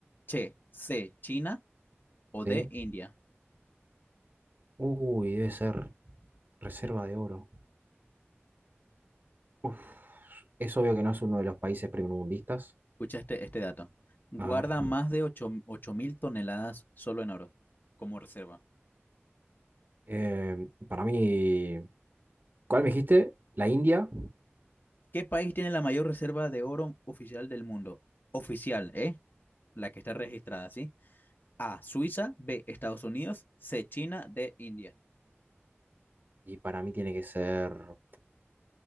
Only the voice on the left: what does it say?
Che, C. China. O
D. India.
Escucha este, este dato. Guarda
más de ocho mil toneladas solo en oro como reserva.
¿Qué país tiene la mayor reserva de oro oficial del mundo? Oficial, ¿eh? La que está registrada, ¿sí? A, Suiza, B, Estados Unidos, C, China, D, India.